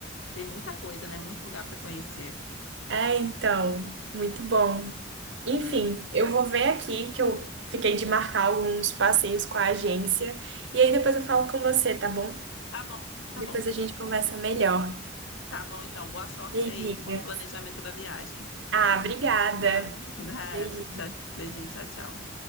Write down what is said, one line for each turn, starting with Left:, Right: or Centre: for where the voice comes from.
Left: tem muita coisa, né? Muito lugar para conhecer.
Right: É, então, muito bom. Enfim,
Left: né?
Right: eu vou ver aqui que eu fiquei de marcar alguns passeios com a agência e aí depois eu falo com você, tá bom?
Left: Tá bom, tá
Right: Depois
Left: bom.
Right: a gente conversa melhor.
Left: Tá bom, então. Boa sorte
Right: Beijinho.
Left: aí com o planejamento da viagem.
Right: Ah, obrigada.
Left: Ah, <laughs> nada.
Right: Beijinho.
Left: Tchau, beijinho, tchau, tchau.